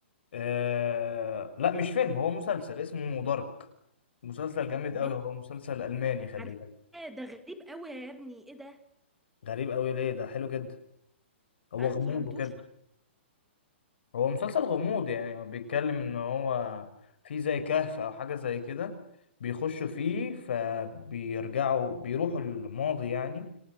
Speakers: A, on the left (about 60°); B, in the centre.
A: آه... لا مش فيلم هو مسلسل اسمه دارك مسلسل جامد قوي
B: دار
A: هو مسلسل الماني خلي
B: عارف
A: بالك
B: إيه ده غريب قوي يا ابني ايه ده
A: غريب قوي ليه ده حلو جدا هو
B: انا
A: غموض
B: ما فهمتوش
A: وكده
B: خالص.
A: هو مسلسل غموض يعني هو بيتكلم ان هو في زي كهف او حاجة زي كده بيخشوا فيه فبيرجعوا بيروحوا الماضي يعني